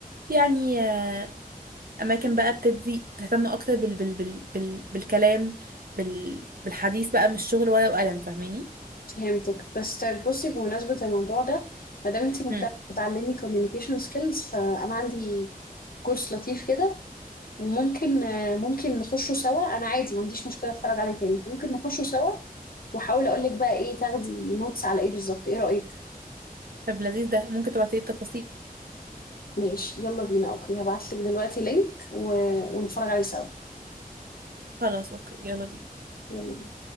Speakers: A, on the right (about 70°); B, on the left (about 70°).
A: يعني آه، اماكن بقى بتدي تهتم اكتر بال... بال... بال... بال... بالكلام بال... بالحديث بقى مش شغل ورقه وقلم فاهماني
B: فهمتك بس طيب بصي بمناسبة الموضوع ده ما دام انت مهتمة
A: مم.
B: بتعلمي communication skills فأنا عندي كورس لطيف كده وممكن آه، ممكن نخشه سوا أنا عادي ما عنديش مشكلة أتفرج عليه تاني فممكن نخشه سوا وأحاول أقول لك بقى إيه تاخدي نوتس على إيه بالظبط إيه رأيك؟
A: طب لذيذ ده ممكن تبعتي لي التفاصيل
B: ماشي يلا بينا أوكي هبعت لك دلوقتي لينك و... ونتفرج عليه سوا
A: خلاص اوكي يلا بينا
B: يلا بينا.